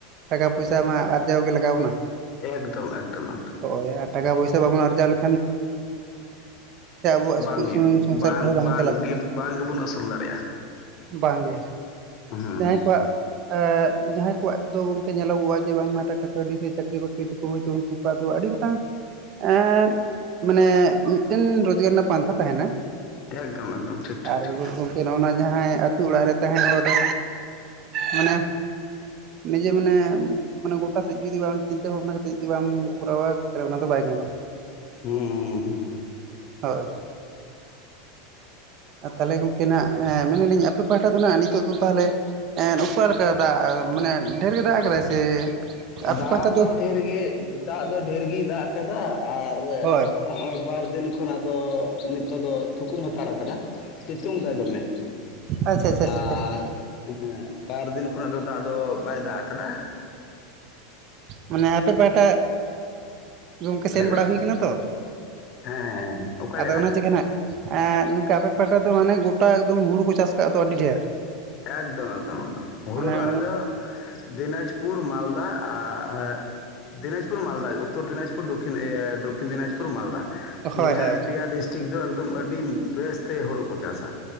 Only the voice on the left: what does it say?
ᱮᱠᱫᱚᱢ ᱮᱠᱫᱚᱢ
<inaudible> ᱵ ᱟᱝ ᱦᱩᱭᱩᱜ
ᱵᱟᱝ
ᱵᱟᱝᱜᱮ
ᱵᱟᱝ ᱜᱮᱵᱚᱱ ᱟᱹᱥᱩᱞ ᱫᱟᱲᱮᱜᱼᱟ᱾
ᱦᱩᱸ
ᱮᱠᱫᱚᱢ ᱮᱠᱫᱚᱢ ᱴᱷᱤᱠ ᱴᱷᱤᱠ
ᱴᱷᱤᱠ
ᱴᱷᱤᱠ
ᱦᱩᱸ ᱻ ᱦᱩᱸ᱾
ᱫᱟᱜ
ᱫᱚ ᱰᱷᱮᱨ ᱜᱮ ᱫᱟᱜ ᱫᱚ ᱰᱷᱮᱨ ᱜᱮ ᱫᱟᱜ ᱠᱟᱫᱟᱭ ᱟᱨ
ᱦᱚᱸᱜᱼᱚᱭ ᱵᱟᱨ ᱫᱤᱱ ᱠᱷᱚᱱᱟᱜ ᱫᱚ ᱱᱤᱛᱚᱜ ᱫᱚ ᱛᱷᱩᱠᱩᱢ ᱦᱟᱛᱟᱲ ᱠᱟᱫᱟ ᱥᱤᱛᱩᱝ ᱫᱟᱭ ᱫᱚᱢᱮ᱾
ᱟᱨ ᱦᱮᱸ ᱵᱟᱨ ᱫᱤᱱ ᱠᱷᱚᱱᱟᱜ ᱫᱚ ᱫᱟᱜ ᱫᱚ ᱵᱟᱭ ᱫᱟᱜ ᱠᱟᱫᱟ,
ᱞᱟᱹᱭ
ᱵᱮᱱ
ᱦᱮᱸ ᱦᱮᱸ ᱚᱠᱟ
ᱡᱟᱭᱜᱟ
ᱮᱠᱫᱚᱢ ᱮᱠᱫᱚᱢ ᱮᱠᱫᱚᱢ ᱦᱩᱲᱩ
ᱫᱚ ᱟᱞᱮ ᱫᱚ ᱫᱤᱱᱟᱡᱽ ᱯᱩᱨ ᱢᱟᱞᱫᱟ ᱟ-ᱟ ᱫᱤᱱᱡᱽᱯᱩᱨ ᱢᱟᱞᱫᱟ ᱩᱛᱚᱨ ᱫᱤᱱᱟᱡᱽᱯᱩᱨ ᱫᱚᱠᱤᱱ ᱮ ᱫᱚᱠᱤᱱ ᱫᱤᱡᱽᱯᱩᱨ ᱢᱟᱞᱫᱟ᱾
ᱱᱤᱭᱟᱹ
ᱯᱮᱭᱟ ᱰᱤᱥᱴᱤᱠ ᱫᱚ ᱮᱠᱫᱚᱢ ᱟᱹᱰᱤ ᱵᱮᱥᱛᱮ ᱦᱩᱲᱩ ᱠᱚ ᱪᱟᱥᱟ᱾